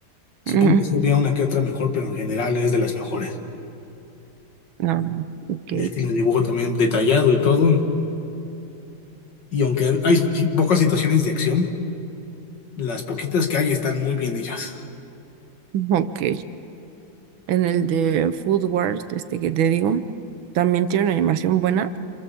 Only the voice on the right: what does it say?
Mm,
ah, ok,
<laughs> ok. En el de Food Wars, este que te digo, también tiene una animación buena